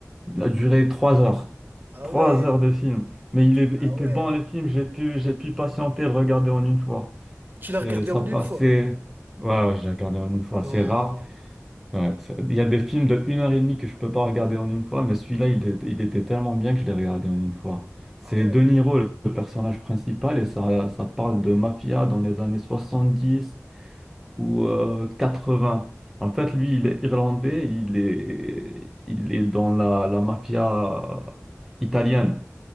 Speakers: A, in the centre; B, on the right.
A: a duré trois heures.
B: Ah
A: Trois
B: ouais.
A: heures de film. Mais il, est, il
B: Ah
A: était
B: ouais.
A: bon le film, j'ai pu, j'ai pu patienter, le regarder en une fois.
B: Tu
A: C'est,
B: l'as regardé
A: ça
B: en
A: passait,
B: une fois?
A: ouais, ouais, j'ai regardé en une fois,
B: Non.
A: c'est rare. Ouais, c'est- il y a des films de une heure et demie que je peux pas regarder en une fois, mais celui-là, il, était il était tellement bien que je l'ai regardé en une fois. C'est
B: Ah ouais.
A: De Niro, le le personnage principal, et ça, ça parle de mafia dans les années 70 ou euh, 80. En fait, lui, il est irlandais, il est, il est dans la, la mafia euh, italienne.